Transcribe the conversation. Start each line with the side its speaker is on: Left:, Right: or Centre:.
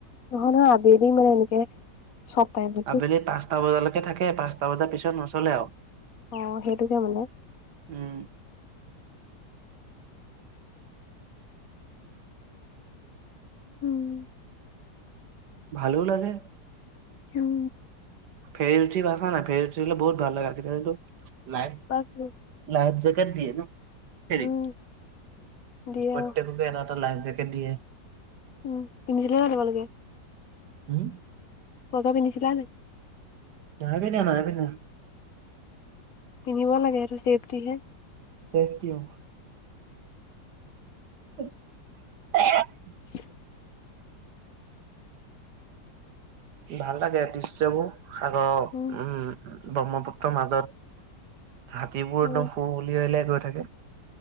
Left: নহয় নহয় আবেলি মানে এনেকে। চব টাইমত
Right: আবেলি পাঁচটা বজালৈকে থাকে পাঁচটা বজাৰ পিছত নচলে আৰু
Left: অ সেইটোকে মানে।
Right: উম
Left: উম
Right: ভালো লাগে।
Left: উম
Right: ফেৰী উঠি পাইছা নাই ফেৰৰী উঠিলে বহুত ভাল লাগে আজিকালটো লাই।
Left: পাচঁ মিলিট
Right: লাভ জেকেট দি ন ফেৰী
Left: উম দিয়ে
Right: পটটেককে
Left: অ
Right: এটা এটা লাইফ জেকেট দিয়ে।
Left: উম পিন্ধিছিলে কেনেকুৱা লাগে।
Right: উম
Left: তুমি পিধিছিলা নাই।
Right: নাই পিন্ধা নাই পিন্ধা।
Left: তিনিব লাগ ছেপটিহে
Right: চেপটিও <unintelligible>
Left: চি
Right: ভাল লাগে দৃশ্যবোৰ সাগৰৰ
Left: উম
Right: উম ব্ৰহ্মপুত্ৰৰ মাজত। হাতীবোৰ
Left: উম
Right: একদম সুুৰ উলিয়াই উলিয়াই গৈ থাকে।